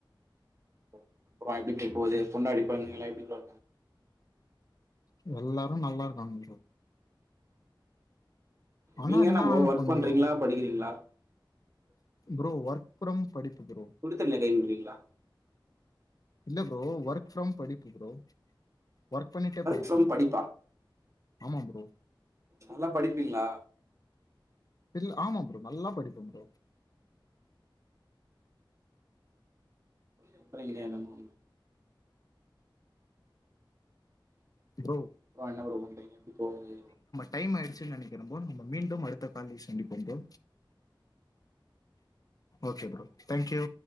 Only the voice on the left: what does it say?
எல்லாரு நல்லா இருக்காங்க ஆனா
கொஞ்சம்
ப்ரோ ஒர்க் ஃப்ரம் படிப்பு ப்ரோ
இல்ல ப்ரோ ஒர்க் ஃப்ரம் படிப்பு ப்ரோ ஒர்க் பண்ணிட்டே படிப்ப
ப்ரோ
ஆமா ப்ரோ
இல்ல ஆமா ப்ரோ நல்லா படிப்ப ப்ரோ
ப்போ
டைம் ஆயிடுச்சுன்னு நினைக்கிறே ப்ரோ நம்ம மீண்டும் அடுத்த கால்ல சந்திப்போ bro okay bro thank you